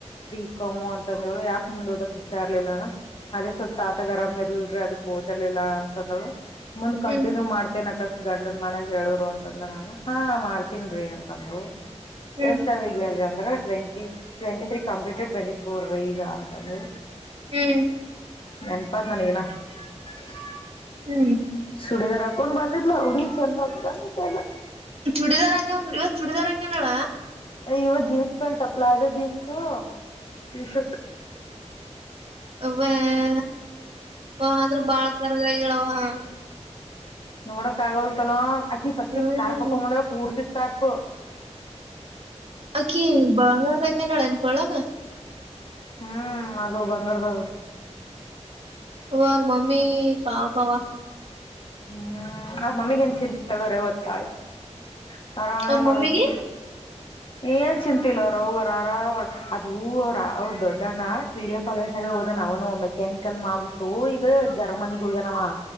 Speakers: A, on the left; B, on the right.
A: ಬಿ ಕಾಮು ಅಂತಂದೇಳು ಯಾಕ ಮುಂದ್ ಓದಕ್ ಇಷ್ಟ ಇರ್ಲಿಲ್ಲಣ ಅದೇ ಸ್ವಲ್ ತಾತಗ ಅರಾಮ ಇರ್ಲ್ರ ಅದಕ್ ಓದಿರ್ಲಿಲ್ಲ ಅಂತಂದಳು ಮುಂದ್ ಕಂಟಿನ್ಯೂ
B: ಹ್ಮ್
A: ಮಾಡ್ತೆೇನೆ ಅ ಕಸ ಗಂಡ ಮನಗ್ ಹೇಳರು ಅಂತಂದ್ರ ಹ ಮಾಡ್ತನ್ಿ ಅಂತಂದು
B: ಹ್ಮ್
A: ಎಷ್ಟ ಅವಗ ಅಂದ್ರ twenty twenty three completed twenty four ಈಗ ಅಂತವು
B: ಹ್ಮ್
A: ನೆನಪಾಂತನಗನ ಹ್ಮ್
B: ಹ್ಮ್
A: ಸುಡಿದಾರ್ ಹಾಕೊಂಡ್ ಬಂದ್ಲಾ ಹುಡ್ಗಿ ಚಂದ ಬಂದಿತ್ತ ಎಲ್ಲ
B: ಈ ಚೂಡಿದಾರಕ್ಕೆಂದ್ರ ಇವತ್ ಚೂಡಿದಾರಕ್ಕೆನಡ
A: ಇವಾಗ jeans pant palazzo jeans T shirt
B: <unintelligible> ಆದದ್ರ ಬಾಳ್ ಕರಗಾಯಿಗಳ ಹಾ
A: ನೋಡ ಕಗವಲ್ ತಲಂ ಅಕಿ ಫಸ್ಟ್
B: ಹ್ಮ್
A: ಕಾರ್ ಪಕಂಬಂದ ಪೂರ್ತಿ ಕರ್ಫು
B: ಅಕ್ಕಿ ಬಂಗಾರದಕ ನಳೆನ್ ಕೊಳಾಗ
A: ಹ್ಮ್ ಅದು ಬಂಗಾರದ
B: ಹ ಮಮ್ಮಿ ಪಾಪಾವಾ
A: ಹ್ಮ್ ಆ ಮಮ್ಮಿಗ ನ್ ಚಿಂತ ತಗೋಾರೆ ತ್ತಾಯ್ತು ಆರಾಮಾಮಳಕನ
B: ಅವ್ರ ಮಮ್ಮಿಗೆ
A: ಏನ್ ಚಿಂತಿಲ್ಲ ಅವ್ರ ಅವಗರ ಆರಾಮ್ ಅದೂ ಅವ್ರ ಅವ್ರ ದೊಡ್ಡಣ್ಣ ಪಿ ಡಿ ಎ ಕಾಲೇಜ್ನಾಗ ಹೋದಾನ ಅವನು ಮೆಕ್ಯಾನಿಕಲ್ ಮಾಡಬಿಟ್ಟು ಈಗ ಜರ್ಮನಿಗ್ ಹೋಗ್ಯನವ